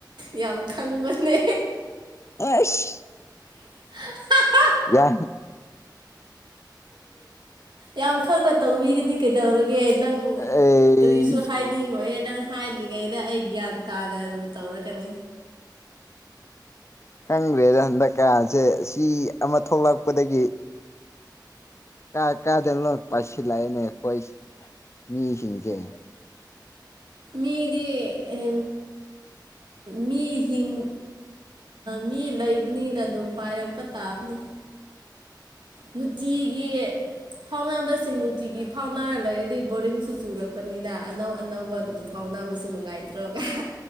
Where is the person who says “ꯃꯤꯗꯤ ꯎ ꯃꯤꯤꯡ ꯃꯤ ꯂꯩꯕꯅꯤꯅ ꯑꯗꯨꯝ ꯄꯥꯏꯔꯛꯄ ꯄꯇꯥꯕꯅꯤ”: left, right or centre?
Right